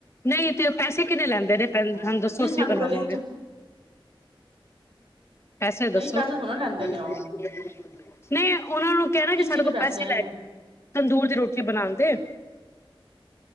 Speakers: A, on the left (about 30°); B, on the right (about 75°).
A: ਨਹੀਂ ਤੇ ਉਹ ਪੈਸੇ ਕਿੰਨੇ ਲੈਂਦੇ ਨੇ <unintelligible> ਸਾਨੂੰ
B: ਹਾਂ ਵੈਸੇ
A: ਦੱਸੋ
B: ਨਹੀਂ
A: ਅਸੀਂ
B: ਸਾਡੀ
A: ਬਣਾਵਾਂਗੇ
B: ਗਲੀ ਚ
A: ਪੈਸੇ
B: ਨਹੀਂ
A: ਦੱਸੋ
B: ਥੋੜਾ ਲੈਂਦੇ
A: <unintelligible>
B: ਨੇ ਉਹ
A: ਨਹੀਂ ਉਹਨਾਂ ਨੂੰ ਕਹਿਣਾ
B: ਕਿਸ
A: ਕਿ ਸਾਡੇ
B: ਚੀਜ਼ ਦੇ
A: ਕੋਲ ਪੈਸੇ
B: ਹੈ।
A: ਲੈ ਕੇ ਤੰਦੂਰ ਦੀ ਰੋਟੀੀਆਂ ਬਣਾਉਣ ਦੇ